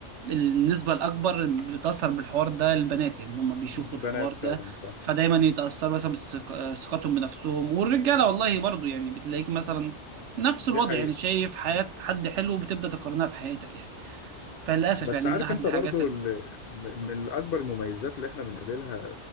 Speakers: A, on the right (about 75°); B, on the left (about 60°).
A: النسبه الاكبر اللي بتاثر بالحوار ده البنات يعني إن هم بيشوفوا
B: بنات
A: الحوار ده
B: فعلا صح
A: فدايما يتاثروا مثلا بثق- ثقتهم بنفسهم والرجاله والله برضو يعني بتلاقيك مثلا نفس
B: دي
A: الوضع
B: حقيقه
A: يعني شايف حياه حد حلو وبتبدا تقارنها بحياتك يعني فللاسف
B: بس
A: يعني
B: عارف
A: من احد
B: انت
A: الحاجات
B: برضو
A: اللي
B: ال... من اكبر المميزات اللي احنا بنقابلها